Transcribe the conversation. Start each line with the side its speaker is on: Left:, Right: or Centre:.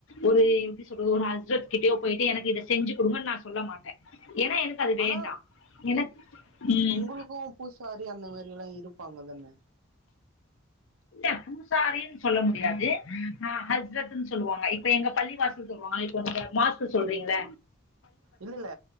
Left: ஒரு எப்டி சொல்றது ஒரு ஹஸ்பண்ட் கிட்டயோ போயிட்டு எனக்கு இத செஞ்சு குடுங்கன்னு நா சொல்ல மாட்டே ஏன்னா எனக்கு அது
Right: ஆனா
Left: வேணடா எனக் உம்
Right: எங்களளுக்குலா பூசாரி அந்த மாரிலா எல்லா இரு இருப்பாங்க தான
Left: இல்ல பூசாரினு சொல்ல முடியாது ஆ ஹச்ரத்ன்னு சொல்லுவாங்க இப்ப எங்க பள்ளி வாசல் சொல்லுவாங்க இப்பங்க மாசு சொல்றீங்ள
Right: இல்லல்ல